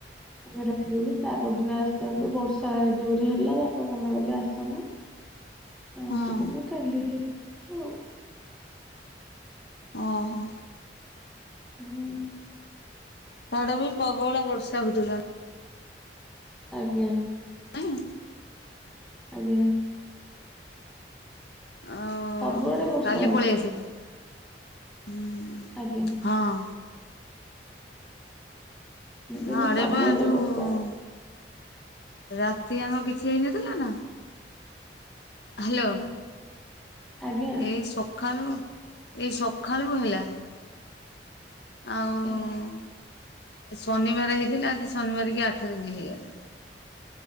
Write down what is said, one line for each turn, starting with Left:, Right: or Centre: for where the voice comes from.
Centre: ଆମେ ରହିଗଲୁ ତା ପରଦିନ ଆସିଥାନ୍ତୁ ବର୍ଷା ଜୋରେ ହେଲା ବାପା ମନା କଲେ ଆସନା। ଆଉ ଆସିଲୁନି
Left: ହଁ
Centre: କାଲି ହି ଯିବୁ।
Left: ଅ ହ।
Centre: ଓହୋ।
Left: ସାଡେ ବି ପ୍ରବଳ ବର୍ଷା ହଉଥିଲା।
Centre: ଆଜ୍ଞା।
Left: ନାଇଁ?
Centre: ଆଜ୍ଞା।
Left: ଆଉ
Centre: ସବୁଆଡେ ବର୍ଷା
Left: କାଲି
Centre: ହଉଛି।
Left: ପଳେଇ ଆସିବେ ହୁଁ।
Centre: ଆଜ୍ଞା।
Left: ହଁ।
Centre: ମୁଁ କହିଲି
Left: ଘରେ
Centre: ସବୁଆଡେ
Left: ପା ଯୋଉ
Centre: ବର୍ଷା ହଉ-
Left: ରାତିଆଙ୍କ କିଛି ହେଇନଥିଲା ନା ହାଲୋ।
Centre: ହୁଁ ଆଜ୍ଞା
Left: ଏଇ ସଖାଳୁ ଏଇ ସଖାଳୁ ହେଲା। ଆଉ
Centre: ଆଚ୍ଛା
Left: ଶନିବାର ହେଇଥିଲା ଆଜି ଶନିବାର କି ଆଠ ଦିନ ହେଇଗଲା।